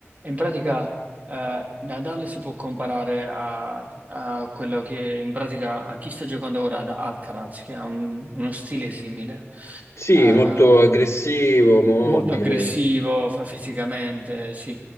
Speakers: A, on the right; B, on the left.
A: in pratica, eh, Nadal si può comparare a, a quello che, in pratica, a chi sta giocando ora ad Alcaraz, che ha un- uno stile simile.
B: Sì,
A: eh,
B: molto aggressivo, mobile.
A: Molto aggressivo f- fisicamente, sì.